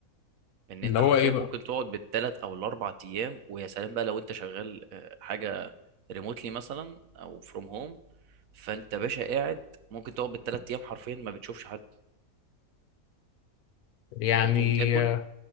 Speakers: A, on the right; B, on the left.
A: ان
B: اللي
A: انت
B: هو
A: حرفيا
B: ايه بقى
A: ممكن تقعد بالثلاث او الاربع ايام ويا سلام بقى لو انت شغال آه، حاجة ريموتلي مثلا او فروم هوم فانت باشا قاعد ممكن تقعد بالثلاث ايام حرفيا ما بتشوفش حد
B: يعني
A: انت بتقوم تاكل
B: آه،